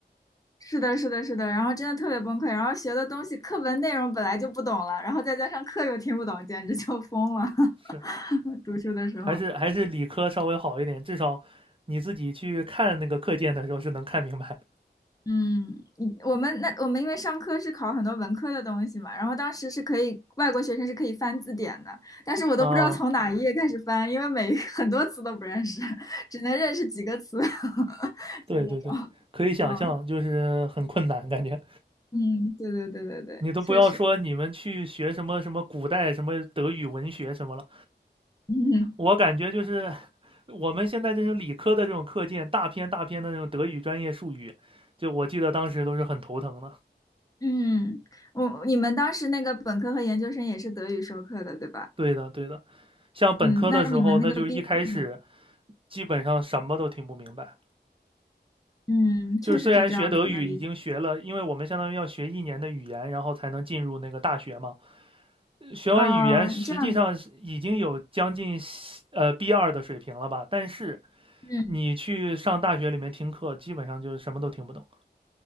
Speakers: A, on the left (about 20°); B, on the right (about 30°).
A: 是的，是的，是的，然后真的特别崩溃，然后学的东西课文内容本来就不懂了，然后再加上课又听不懂，简直就疯了。<laughs>
B: 是
A: 读书的时候，
B: 还是还是理科稍微好一点，至少你自己去看那个课件的时候是能看明白的
A: 嗯，你我们那我们因为上课是考很多文科的东西嘛，然后当时是可以外国学生是可以翻字典的，但是我都不知道从哪一页开始翻，
B: 啊、
A: 因为每一个很多词都不认识，只能认识几个词，<laughs>
B: 对对对，
A: 就是这种。
B: 可以想象，
A: 嗯
B: 就是很困难感觉。
A: 嗯，对对对对对，
B: 你都不要说你们去学什么什么古代什么德语文学什么了，
A: 确实。嗯
B: 我感觉就是我们现在这种理科的这种课件，大篇大篇的那种德语专业术语，就我记得当时都是很头疼的。
A: 嗯，我你们当时那个本科和研究生也是德语授课的，对吧？
B: 对的，对的，像本科的时候，
A: 嗯，那你们那个毕业呢
B: 那就一开始基本上什么都听不明白。
A: 嗯，
B: 就是虽然学德语已经学了，
A: 确实是这样子，能理解。
B: 因为我们相当于要学一年的语言，然后才能进入那个大学嘛。学完语言，
A: 哦，
B: 实际上是已经有将近
A: 这样子。
B: 呃 b 二的水平了吧？但是
A: 嗯
B: 你去上大学里面听课，基本上就是什么都听不懂。